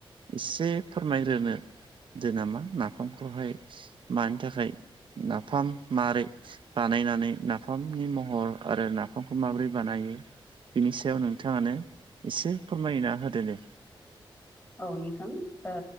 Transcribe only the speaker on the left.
औ नोंथां ओ